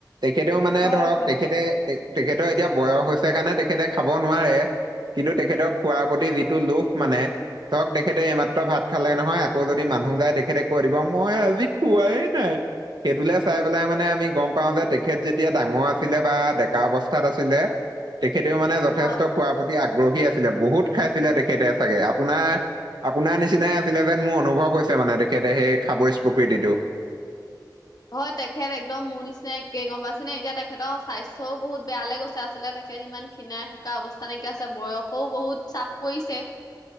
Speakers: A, on the right; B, on the left.
A: তেখেতেও মানে
B: হয়
A: ধৰক
B: হয়
A: তেখেতে তেখেতেও এতিয়া বয়স হৈছে কাৰণে তেখেতে খাব নোৱাৰে। কিন্তু তেখেতক খোৱাৰ প্ৰতি যিটো লোভ মানে, ধৰক তেখেতে এইমাত্ৰ ভাত খালে নহয় আকৌ যদি মানুহ যায় তেখেতে কৈ দিব, মই আজি খোৱাই নাই। সেইটোলে চাই পেলাই মানে আমি গম পাওঁ যে তেখেত যেতিয়া ডাঙৰ আছিলে বা ডেকা অৱস্থাত আছিলে, তেখেতেও মানে যথেষ্ট
B: হয়
A: খোৱাৰ প্ৰতি আগ্ৰহী আছিলে, বহুত খাইছিলে তেখেতে চাগে। আপোনাৰ আপোনাৰ নিচিনাই আছিলে যেন মোৰ অনুভৱ হৈছে মানে তেখেতে সেই খাবৈ প্ৰকৃতিটো।
B: হয় তেখেত একদম মোৰ নিচিনাই। কেই গম পাইছে নে এতিয়া তেখেতৰ স্বাস্থ্যয়ো বহুত বেয়ালৈ গৈছে আচলতে তেখেত ইমান ক্ষিনাই শুকাই অৱস্থা নাই কিয়া আছে বয়সয়ো বহুত চাপ পৰিছে।